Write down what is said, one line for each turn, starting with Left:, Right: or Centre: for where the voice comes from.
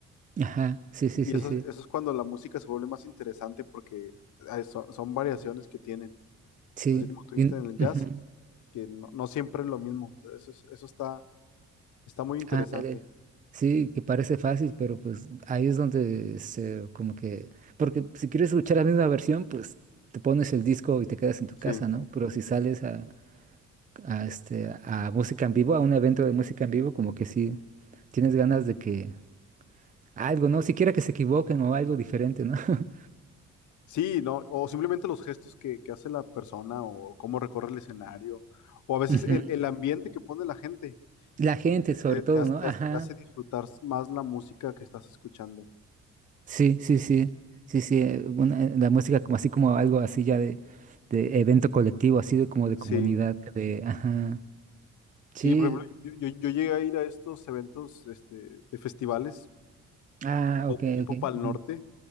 Right: Ajá. Sí, sí,
Left: Y
Right: sí,
Left: eso,
Right: sí.
Left: es- eso es cuando la música se vuelve más interesante porque hay- son, son variaciones que tienen.
Right: Sí.
Left: Así como tú
Right: Y-
Left: viste en el jazz,
Right: ujú.
Left: que no, no siempre es lo mismo. O sea, Eso, es- eso está, está muy interesante.
Right: Ándale. Sí, que parece fácil, pero pues ahí es donde se como que, porque si quieres escuchar la misma versión, pues te pones el disco y te quedas en tu
Left: Sí.
Right: casa, ¿no? Pero si sales a, a, este, a música en vivo, a un evento de música en vivo, como que sí. Tienes ganas de que algo, ¿no? Siquiera que se equivoquen o algo diferente, ¿no? <laughs>
Left: Sí, no, o simplemente los gestos que, que hace la persona o cómo recorre el escenario, o a veces
Right: Ujú.
Left: el, el ambiente que pone la gente
Right: La gente, sobre
Left: te,
Right: todo,
Left: te- hace
Right: ¿no?
Left: te
Right: Ajá.
Left: hace- te hace disfrutar más la música que estás escuchando.
Right: Sí, sí, sí. Sí, sí. eh, una- eh, la música como así como algo así ya de, de evento colectivo, así de como de
Left: Sí,
Right: comunidad, de, ajá.
Left: sí,
Right: Sí.
Left: por ejemplo, yo, yo- yo llegué a ir a estos eventos este, de festivales
Right: Ah,
Left: tipo,
Right: ok,
Left: tipo
Right: ok.
Left: Pal Norte,